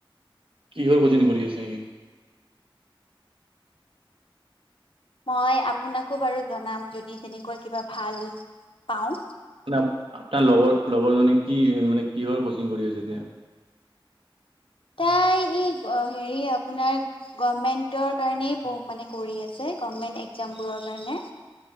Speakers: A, on the right; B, on the left.
A: কিহৰ আছে নেকি
B: মই আপোনাকো বাৰু জনাম যদি তেনেকুৱা কিবা ভাল পাওঁ
A: আপোনাৰ লগৰ লগৰজনী কি মানে কিহৰ কচিং কৰি আছে এতিয়া
B: তাই এই হেৰি আপোনাৰ গভমেন্টৰ কাৰণেই মানে কৰি আছে গভ্মেন্ত একজাম বোৰৰ কাৰণে